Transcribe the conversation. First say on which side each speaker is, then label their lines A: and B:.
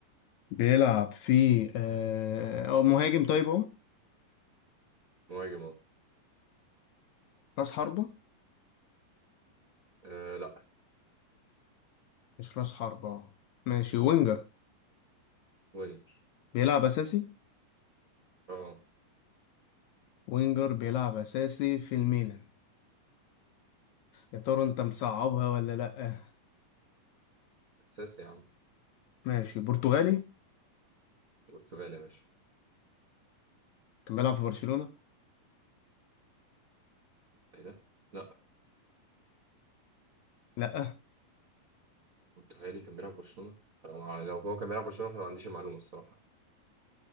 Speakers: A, on the left (about 75°); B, on the right (about 80°).
A: بيلعب في آه أو مهاجم طيب أهو
B: مهاجم اه
A: راس حربة
B: آه، لا
A: مش راس حربة أهو ماشي وينجر
B: وينج
A: بيلعب أساسي
B: اه
A: وينجر بيلعب أساسي في الميلان يا ترى أنت مصعبها ولا لأ
B: اساسي يا عم
A: ماشي برتغالي
B: برتغالي يا باشا
A: كان بيلعب في برشلونة
B: ايه ده؟ لا
A: لأ
B: برتغالي كان بيلعب برشلونة أنا لو هو كان بيلعب برشلونة فانا ما عنديش المعلومة الصراحة